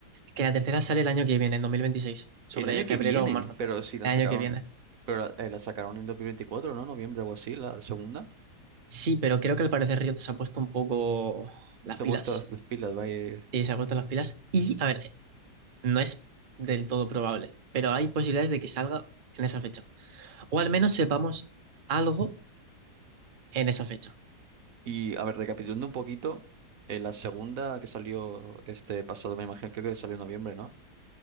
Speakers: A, on the right; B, on the right.
A: que la tercera sale el año que viene, en 2026, sobre
B: El año
A: febrero
B: que viene,
A: o marzo,
B: pero sí, la
A: el
B: sacaron.
A: año que viene.
B: Pero la, eh, la sacaron en 2024, ¿no? Noviembre o así, la segunda.
A: Sí, pero creo que al parecer Riot se ha puesto un poco las
B: Se
A: pilas.
B: ha puesto las las pilas, va a ir...
A: Sí, se ha puesto las pilas y, a ver, no es del todo probable, pero hay posibilidades de que salga en esa fecha. O al menos sepamos algo en esa fecha.
B: Y, a ver, recapitulando un poquito, eh, la segunda que salió este pasado, me imagino, creo que salió en noviembre, ¿no?